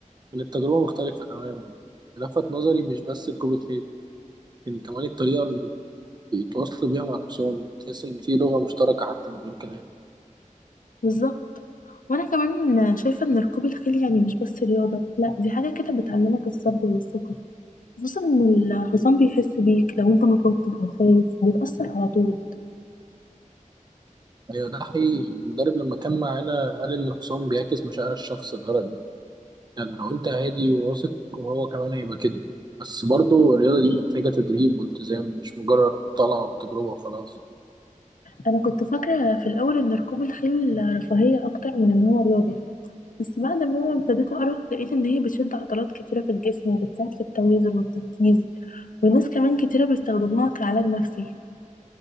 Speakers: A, on the right; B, on the left.
A: كانت تجربه مختلفه تماما لفت نظري مش بس ركوب الخيل لكن كمان الطريقه اللي بيتواصلوا بيها مع الحصان بتحس ان في لغه مشتركه حتى من غير كلام
B: بالظبط وانا كمان شايفه ان ركوب الخيل يعني مش بس رياضه لا دي حاجه كده بتعلمك الصبر والثقه خصوصا ان الحصان بيحس بيك لو انت متوتر او خايف بيتاثر على طول
A: ايوه ده حقيقي المدرب لما كان معانا قال ان الحصان بيعكس مشاعر الشخص الغربي يعني لو انت هادي وواثق وهو كمان هيبقى كده بس برضه الرياضه دي محتاجه تدريب والتزام مش مجرد طلعه وتجربه وخلاص
B: انا كنت فاكره في الاول ان ركوب الخيل رفاهيه اكتر من ان هو رياضه بس بعد ما ابتديت اقرا لقيت ان هي بتشد عضلات كتيره في الجسم وبتساعد في التوازن والتركيز وناس كمان كتيره بيستخدموها كعلاج نفسي